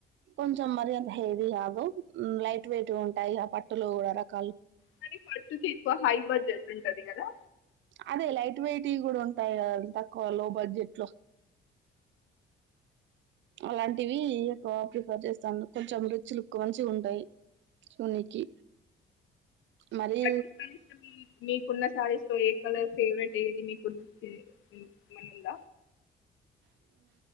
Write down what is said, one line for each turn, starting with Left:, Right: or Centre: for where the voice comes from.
Right: కొంచం మరింత హెవీ కాదు లైట్ వెయిట్ ఉంటాయి ఆ పట్టులో కూడా రకాలు
Left: కాని పట్టు కి ఎక్కువ హై బడ్జెట్ ఉంటది కదా
Right: అదే లైట్ వెయిట్ వి కూడ ఉంటాయి కదా తక్కువ లో బడ్జెట్ లో అలాంటివి ఎక్కువ ప్రిఫర్ చేస్తాను కొంచెం రిచ్ లుక్ మంచి ఉంటాయి చూనికి మరీ
Left: పట్టు శారీస్ లో మీ మీకున్న సారీస్ లో ఎ కలర్ ఫేవరెట్ ఏది మీకు నచ్చింది ఏమైన ఉంద